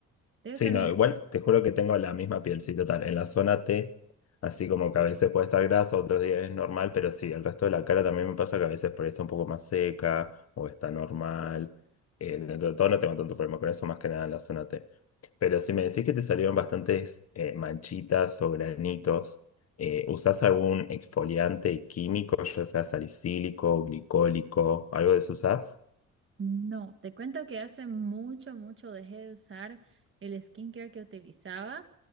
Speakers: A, on the right; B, on the left.
A: Debe
B: Sí,
A: ser
B: no,
A: mixta.
B: igual te juro que tengo la misma piel, sí, total. En la zona T, así como que a veces puede estar grasa, otros días es normal, pero sí, el resto de la cara también me pasa que a veces por ahí está un poco más seca o está normal. Eh, dentro de todo no tengo tanto problema con eso, más que nada en la zona T. Pero si me decís que te salieron bastantes eh, manchitas o granitos, eh, ¿usás algún exfoliante químico, ya sea salicílico, glicólico, algo de eso usás?
A: No, te cuento que hace mucho, mucho dejé de usar el skincare que utilizaba,